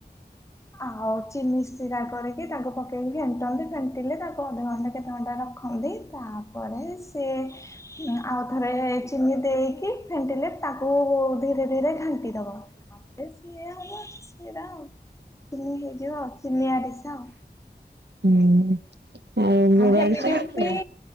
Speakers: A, on the right; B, on the left.
A: <unintelligible>
B: ଆଉ ଚିନି ସିରା କରିକି ତାକୁ ପକେଇକି ଫେଣ୍ଟନ୍ତି ଫେଣ୍ଟିଲେ ତାକୁ ଅଧଘଣ୍ଟା କେତେ ଘଣ୍ଟା ରଖନ୍ତି ତାପରେ ସିଏ ଆଉ ଥରେ ଚିନି ଦେଇକି ଫେଣ୍ଟିଲେ ତାକୁ ଧୀରେ ଧୀରେ ଘାଣ୍ଟି ଦବ ତା ପରେ ସିଏ ହବ ଆଉ ଚିନି ହେଇଯିବ ଆଉ ଚିନି ଆରିସା ଆଉ,
A: ହୁଁ
B: ଆଉ
A: ଗୁଡ
B: ହେମିତି
A: ଆରିସା କେମିତି
B: ବି
A: ହୁଏ?